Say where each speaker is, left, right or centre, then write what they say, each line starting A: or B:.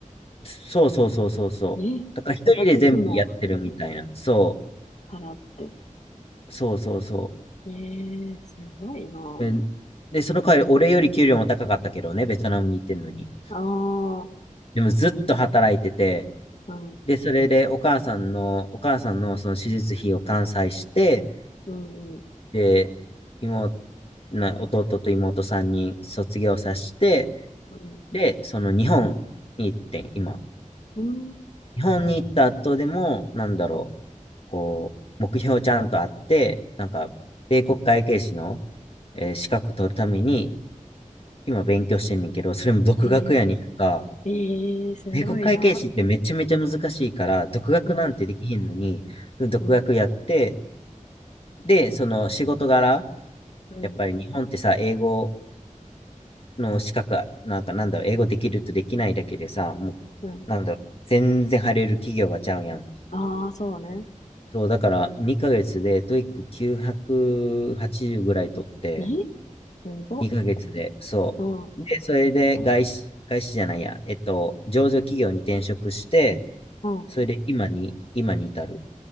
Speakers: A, on the left (about 45°); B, on the left (about 60°).
A: そうそうそうそうそう。
B: え、じゃあ学費も
A: だから一人で全部やってるみたいな。そ
B: 払って。
A: う、そうそうそう。
B: ええすごいな。
A: えーで、その代わり俺より給料も高かったけどね、ベトナムに行ってんのに。
B: ああ、
A: でもずっと働いてて、
B: うん、
A: で、それでお母さんの、お母さんのその手術費を完済して、
B: うん、うん、
A: で、妹、な、弟と妹3人卒業させて、
B: うん、
A: で、その日本に行ってん、今。
B: うん。
A: 日本に行った後でも、なんだろう、こう、目標ちゃんとあって、なんか、米国会計士の、えー資格取るために、今勉強してんねんけど、それも独学やにんか、
B: ええええすごいな。
A: 米国会計士ってめちゃめちゃ難しいから、独学なんてできへんのに、
B: うん、うん、
A: 独学やって、
B: うん、
A: で、その仕事柄、
B: うん、
A: やっぱり日本ってさ、英語の資格なんかなんだろう、英語できるとできないだけでさ、もう、
B: うん。
A: なんだろう、全然入れる企業がちゃうやん。
B: ああ、そうね。
A: そう、だから2ヶ月でトイック980ぐらい取って、
B: え、すご。
A: 2ヶ月で、そう。
B: うん、う
A: で、それで外資、外資じゃないや、えっと、上場企業に転職して、
B: ん。
A: それで今に、今に至る。